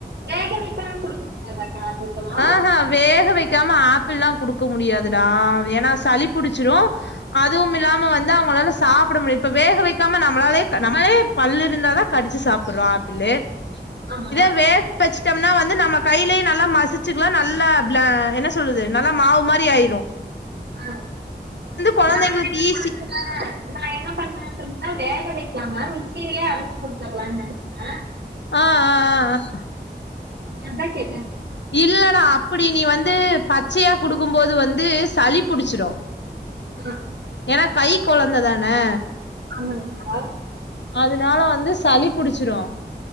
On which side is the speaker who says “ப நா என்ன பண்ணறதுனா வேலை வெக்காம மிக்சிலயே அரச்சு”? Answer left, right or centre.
Right